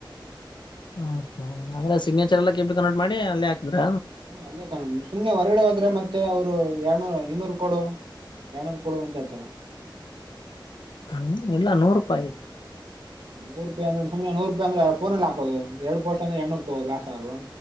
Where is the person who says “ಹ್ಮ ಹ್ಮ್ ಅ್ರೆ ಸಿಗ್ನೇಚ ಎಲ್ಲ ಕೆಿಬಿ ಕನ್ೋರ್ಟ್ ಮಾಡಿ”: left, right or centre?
Left